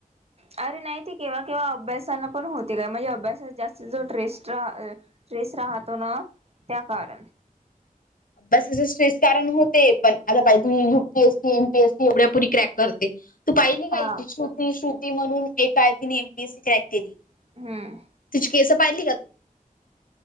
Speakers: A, on the right; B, on the left.
A: अरे नाही ते केव्हा केव्हा अभ्यासानी पण होते काय म्हणजे अभ्यासात जास्त जो ट्रेस्ट ट्रेस राहतो ना, त्या कारण
B: अभ्यासाच स्ट्रेस कारण होते पण आता पाही तुम्ही युपीएससी एमपीएससी एवढ्या पोरी क्रॅक करते. तू पाहिली
A: हा
B: काय ती श्रुती श्रुती म्हणून एक आहे तिने एमपीएससी क्रॅक केली.
A: हम्म.
B: तिची केस पाहिली का तू?